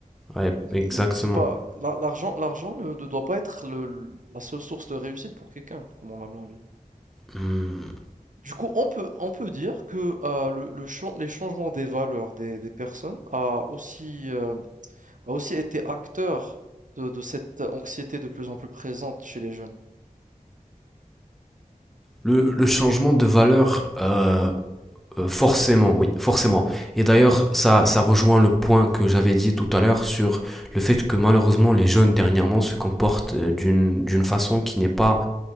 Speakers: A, in the centre; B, on the right (about 60°).
A: Ouais, exactement.
B: Et c'est pas l'ar l'argent l'argent ne ne doit pas être le l la seule source de réussite pour quelqu'un, comme on a bien vu.
A: Hmm.
B: Du coup, on peut on peut dire que, heu, le le chan les changements des valeurs des des personnes a aussi, hem, a aussi été acteur de de cette anxiété de plus en plus présente chez les jeunes.
A: Le, le changement de valeur, euh, euh, forcément, oui, forcément. Et d'ailleurs, ça, ça rejoint le point que j'avais dit tout à l'heure sur le fait que malheureusement les jeunes dernièrement se comportent euh, d'une d'une façon qui n'est pas